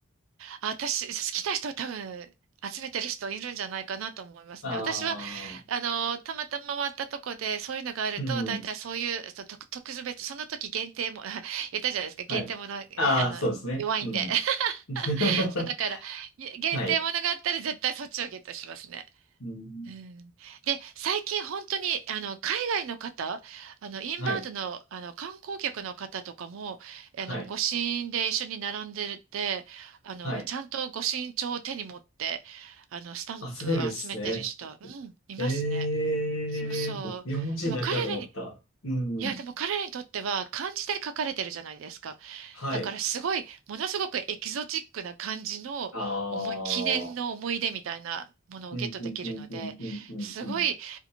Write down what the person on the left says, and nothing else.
ああ、
うん。
はい。ああ、
そうですね。
うん。
<laughs>
はい。
うん、
はい。
はい。
はい。
あ、滑るですね。
ええー日本人だけだと思った。
うん。
はい。
ああ。
うん、うん、うん、うん、うん、うん。
うん